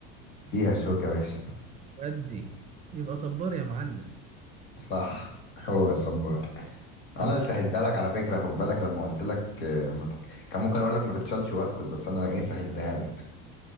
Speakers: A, on the left; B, on the right.
A: فيها شوكة يا باشا
B: ودي يبقى صبار يا معلم
A: صح هو الصبار
B: طب
A: انا
B: خلي
A: سهلتها
B: بالك
A: لك على فكره خد بالك لما قلت لك آه، ما تت... كان ممكن اقول لك ما تتشالش واسكت بس انا ايه سهلتها لك